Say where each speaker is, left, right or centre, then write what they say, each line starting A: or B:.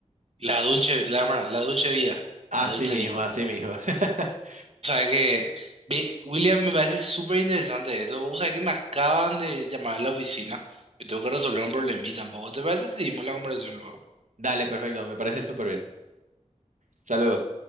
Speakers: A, on the right (about 55°); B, on the right (about 75°).
A: La dulce, la, verdad, la dulce vida,
B: Así
A: la dulce
B: mismo,
A: vida.
B: así mismo. <laughs>
A: O sea que, ve, William, me parece súper interesante esto. O sea que me acaban de llamar a la oficina. Yo tengo que resolver un problemita tampoco. ¿Te parece si seguimos la conversación luego?
B: Dale, perfecto, me parece súper bien. Saludos.